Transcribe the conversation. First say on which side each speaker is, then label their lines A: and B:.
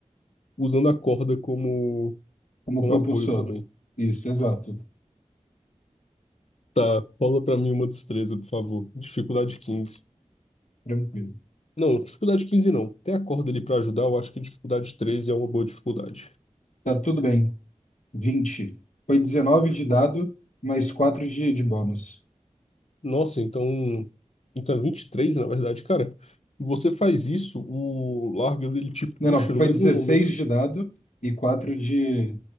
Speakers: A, on the left; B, on the left.
A: usando a corda como,
B: Como
A: como
B: propulsor.
A: apoio também.
B: Isso, exato.
A: Tá, rola pra mim uma destreza, por favor. Dificuldade 15.
B: Tranquilo.
A: Não, dificuldade 15 não. Tem a corda ali pra ajudar, eu acho que dificuldade 13 é uma boa dificuldade.
B: Tá tudo bem. 20. Foi 19 de dado, mais 4 de, de bônus.
A: Nossa, então. Então é 23 na verdade, cara. Você faz isso, o Largas ele te puxa
B: Não, não, foi
A: no mesmo
B: 16
A: momento.
B: de dado e 4 de,